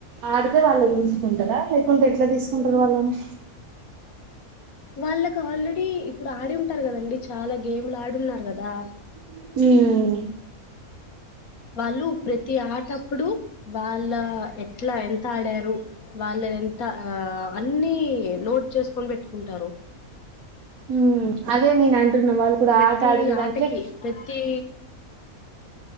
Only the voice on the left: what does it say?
వాళ్ళకి ఆల్రెడీ ఇప్పుడు ఆడిం ఉంటరు కదండి చాలా గేములు ఆడి ఉన్నారు కద్ ద
వాళ్ళు ప్రతి ఆటప్పుడు వాళ్ళ ఎట్లా ఎంత ఆడారు వాళ్ళ ఎంత ఆ అన్నీ నోట్ చేసుకొని పెట్టుకుంటరు.
ప్రతి
ఆటకి
ప్రతి